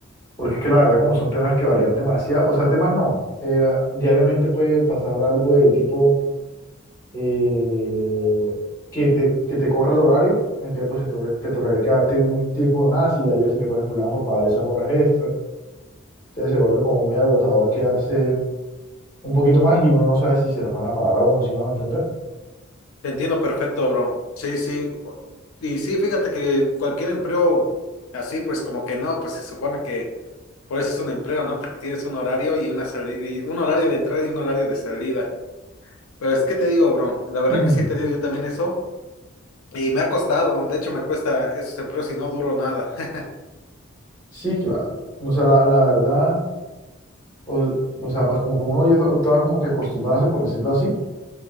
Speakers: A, on the left; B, on the left.
A: porque es que la verdad como son temas que varían demasiado, o sea, temas no, eh, diariamente puede pasar algo de tipo eh, que te, que te corra el horario, entonces pues te, toca- te tocará quedarte un tiempo más y hay veces que ponen problemas por pagar esas horas extras, entonces se vuelve como muy agotador quedarse un poquito más y uno no sabe si se las van a pagar a uno, si me van a entender.
B: Te entiendo perfecto, bro. Sí, sí. O- Y sí, fíjate que cualquier empleo así, pues como que no, pues se supone que por eso es un empleo, ¿no? Porque tienes un horario y una salida, y un horario de entrada y un horario de salida. Pero es que te digo, bro, la verdad
A: <clears throat>
B: que sí he tenido yo también eso y me ha costado, de hecho me cuesta esos empleos y no duro nada. <laughs>
A: Sí, claro. O sea, la, la verdad, o, o sea, pues como que uno ya estaba como que acostumbrarse, por decirlo así,